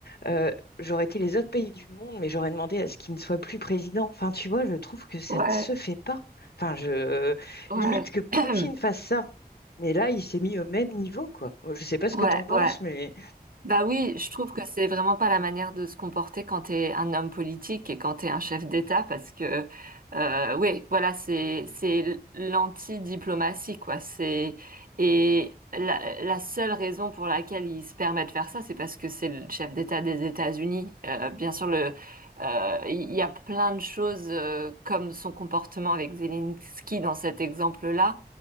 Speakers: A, on the left (about 75°); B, on the right (about 60°).
A: euh, j'aurais été les autres pays du monde, mais j'aurais demandé à ce qu'il ne soit plus président. Enfin, tu vois, je trouve que ça
B: ouais.
A: ne se fait pas. Enfin, je
B: Ouais,
A: limite que Poutine
B: <clears throat>
A: fasse ça. Mais là, il s'est mis au même niveau, quoi. Bon, Je ne sais pas ce
B: ouais,
A: que t'en penses,
B: ouais.
A: mais
B: Bah oui, je trouve que c'est vraiment pas la manière de se comporter quand t'es un homme politique et quand t'es un chef d'État parce que euh, oui, voilà, c'est c'est l'anti-diplomatie quoi. C'est et la, la seule raison pour laquelle il se permet de faire ça, c'est parce que c'est le chef d'État des États-Unis. Euh, bien sûr, le euh, il y a plein de choses euh, comme son comportement avec Zelensky dans cet exemple-là.